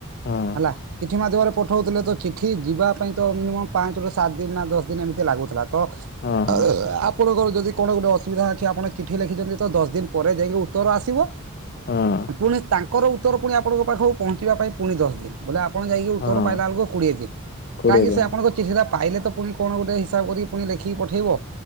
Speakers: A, on the left; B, on the right.
A: ହଁ
B: ହେଲା ଚିଠି ମାଧ୍ୟମରେ ପଠଉଥିଲେ ତ ଚିଠି ଯିବା ପାଇଁ ତ ମିନିମମ୍ ପାଞ୍ଚ ରୁ ସାତ ଦିନ ନା ଦଶ ଦିନ ଏମିତି ଲାଗୁଥିଲା। ତ
A: ହଁ ହଁ
B: ଆ ଆପଣଙ୍କର ଯଦି କଣ ଗୋଟେ ଅସୁବିଧା ଅଛି ଆପଣ ଚିଠି ଲେଖିଛନ୍ତି ତ ଦଶ ଦିନ ପରେ ଯାଇକି ଉତ୍ତର ଆସିବ।
A: ହଁ
B: ପୁଣି ତାଙ୍କର ଉତ୍ତର ପୁଣି ଆପଣଙ୍କ ପାଖକୁ ପହଞ୍ଚିବା ପାଇଁ ପୁଣି ଦଶ ଦିନ୍ ଆପଣ ଯାଇକି ଉତ୍ତର
A: ହଁ
B: ପାଇଲା ବେଳକୁ କୁ କୋଡ଼ିଏ ଦିନ୍
A: କୋଡିଏ
B: କହିକି
A: ଦିନ
B: ସେ ଆପଣଙ୍କ ଚିଠି ପାଇଲେ ତ ପୁଣି କଣ ଗୋଟେ ହିସାବ କରିକି ପୁଣି ଲେଖିକି ପଠେଇବ